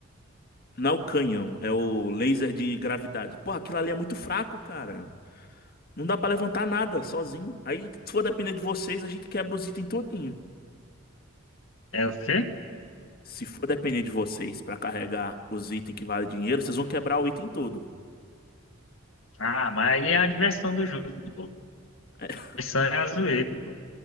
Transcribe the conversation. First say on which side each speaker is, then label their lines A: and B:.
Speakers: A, on the left; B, on the left.
A: não é o canhão, é o laser de gravidade. Pô, aquilo ali é muito fraco, cara. Não dá pra levantar nada sozinho. Aí, se for depender de vocês, a gente quebra os itens todinho.
B: É o quê?
A: Se for depender de vocês pra carregar os itens que valem dinheiro, vocês vão quebrar o item todo.
B: Ah, mas aí é a diversão do jogo, pô.
A: <laughs>
B: É só a zoeira, pô.